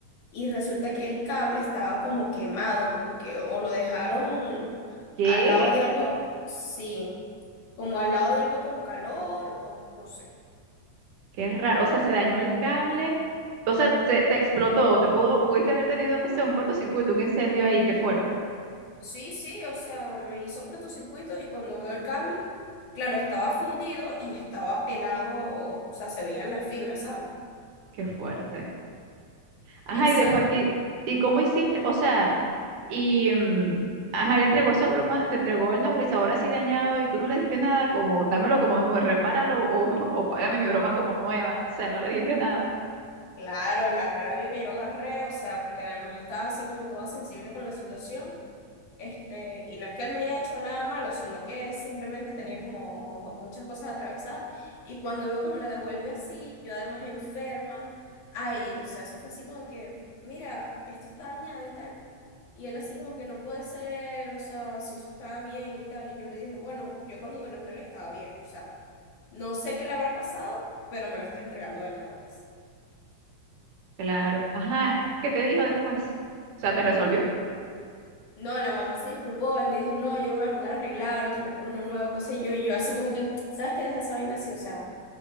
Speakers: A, on the left; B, on the right.
A: y resulta que el cable estaba como quemado, como que o lo dejaron
B: ¿Qué?
A: al lado de algo, sí, como al lado de algo con calor o no sé.
B: Qué raro. O sea, se dañó el cable. O sea, se- te explotó. Te pudo, pudiste haber tenido, no sé, un cortocircuito, un incendio ahí. Qué fuerte.
A: Sí, sí, o sea, me hizo cortocircuito y cuando veo el cable, claro, estaba fundido y estaba pelado, o sea, se veían las fibras, ¿sabes?
B: Qué fuerte. Ajá,
A: Exacto.
B: y después, ¿y, y cómo hiciste? O sea. Y mm, ajá, le entregó esa broma, te entregó el nebulizador así dañado y tú no le dijiste nada, como dámelo como nuevo, repáralo o, <laughs> o págame mi broma como nueva, no sé, no le dijiste nada.
A: Claro, la rabia que yo agarré, o sea, porque además estaba así como toda sensible con la situación. Este, y no es que él me haya hecho nada malo, sino que simplemente tenía como muchas cosas atravesadas. Y cuando veo que me la devuelve así, yo además enferma, ay, o sea, eso fue así como que, mira, esto está dañado y tal. Y él así como que no puede ser, o sea, si eso estaba bien y tal. Y yo le dije, bueno, yo cuando te lo entregué estaba bien, o sea, no sé qué le habrá pasado, pero me lo estás entregando dañado, pues.
B: Claro, ajá, ¿qué te dijo después? O sea, ¿te resolvió?
A: No, la mamá se disculpó, él me dijo, no, yo lo voy a mandar a arreglar o te compro uno nuevo, qué sé yo, y yo así como que, ¿sabes qué? Deja esa vaina así, o sea,